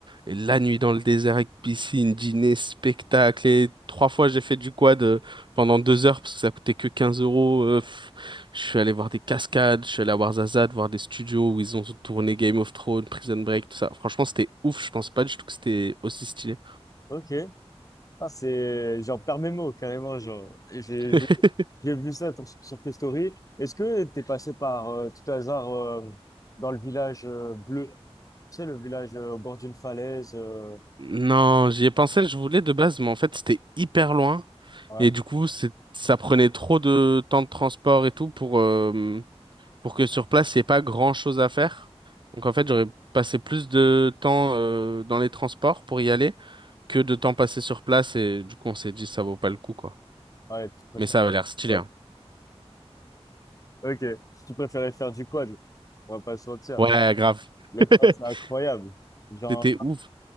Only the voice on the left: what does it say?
ok, ah, c'est, j'en perds mes mots carrément. Genre, j'ai
j'ai- j'ai vu ça sur, sur tes stories. Est-ce que tu es passé par euh, tout hasard euh, dans le village euh, bleu? Tu sais, le village euh, au bord d'une falaise. euh,
ouais,
ouais, tu préfères.
Ouais.
Ok, si tu préférais faire du quad, on va pas se mentir.
Le
quad, c'est incroyable. J'en,